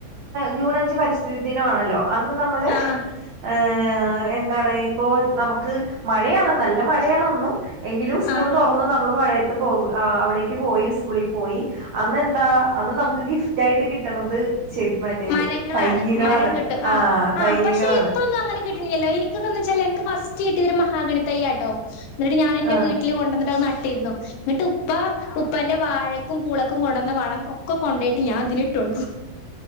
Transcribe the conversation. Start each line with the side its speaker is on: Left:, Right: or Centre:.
Right: ജൂൺ അഞ്ച് പരിസ്ഥിതി ദിനവാണല്ലോ അന്ന് ന്ന് നമ്മള്
Left: ആഹ്
Right: ഏഹ് ഏഹ് എന്താണ് ഇപ്പോ നമുക്ക് മഴയാണ് നല്ല മഴയാണെന്നും എങ്കിലും സ്കൂള്
Left: ആഹ്
Right: തൊറന്ന് നമ്മള് മഴെ യത്ത് പോക് ആ അവിടേക്ക് പോയി സ്കൂളി പോയി അന്നെന്താ അന്ന് നമുക്ക് ഗിഫ് റ്റായിട്ട് കിട്ടണത് ചെ മറ്റേ
Left: മരങ്ങളാണ്
Right: തയ്യകളാണ്
Left: മരം കിട്ടും ആഹ് ആഹ്
Right: തയ്യകളാണ്
Left: പക്ഷെ ഇപ്പൊന്നും അങ്ങന കി ട്ടിണിയല്ല്യോ എനിക്കൊക്കന്ന് വെച്ചാല് എന്ക്ക് ഫസ്റ്റ് കിട്ടിയതൊര് മഹാഗണി തയ്യാട്ടോ ഇങ്ങട്ട് ഞാനെന്റെ
Right: ആഹ്
Left: വീട്ടില് കൊണ്ടന്നിട്ടത് ന ട്ടിരുന്നു ന്നിട്ട് ഉപ്പ ഉപ്പാന്റെ വാഴക്കും പൂളക്കും കൊണ്ടന്ന വളം ഒക്കെ കൊണ്ടോയിട്ട് ഞാൻ ഇതിനിട്ടോട്ത്തു